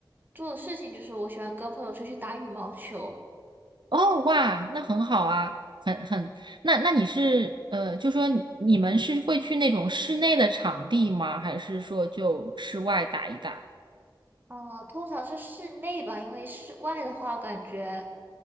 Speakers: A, on the right; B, on the right.
A: 做的事情就是我喜欢跟朋友出去打羽毛球。
B: 哦，哇，那很好啊，很很，那那你是呃，就说你你们是会去那种室内的场地吗？还是说就室外打一打？
A: 哦，通常是室内吧，因为室外的话，感觉